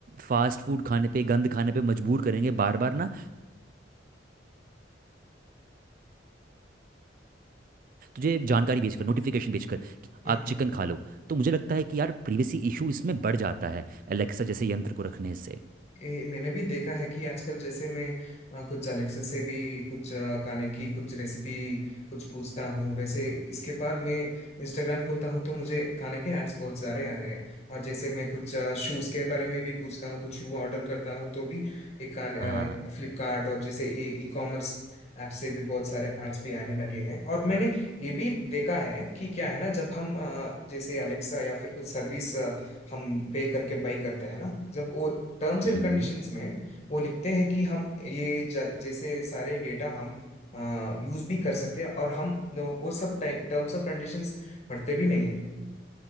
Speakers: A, on the right; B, on the left.
A: फास्ट फूड खाने पे गंद खाने पे मजबूर करेंगे बार बार ना तुझे जानकारी भेज कर नोटिफिकेशन भेज कर कि
B: हम्म,
A: आप
B: हम्म।
A: चिकन खा लो तो मुझे लगता है कि यार प्रिवेसी इशू इसमें बढ़ जाता है एलेक्सा जैसे यंत्र को रखने से
B: ये मैंने भी देखा है कि आजकल जैसे मैं अ, कुछ अलेक्सा से भी कुछ अ, खाने की कुछ रेसिपी कुछ पूछता हूँ वैसे इसके बाद मैं इंस्टाग्राम खोलता हूँ तो मुझे खाने के एड्स बहुत सारे आ रहे हैं और जैसे मैं कुछ शूज़ के बारे में भी पूछता हूँ कुछ शू ऑर्डर करता हूँ तो भी ये खाने
A: हाँ
B: फ्लिपकार्ट और जैसे ये ई कॉमर्स ऐप से भी बहुत सारे एड्स भी आने लगे हैं और मैंने ये भी देखा है कि क्या है ना जब हम अ, जैसे अलेक्सा या फिर कुछ सर्विस हम पे करके बाई करते हैं ना जब वो टर्म्स एंड
A: हम्म,
B: कंडीशंस में वो लिखते हैं कि हम ये ज- जैसे सारे डेटा हम यूज भी कर सकते हैं और हम वो सब टर्म्स और कंडीशंस पढ़ते भी नहीं है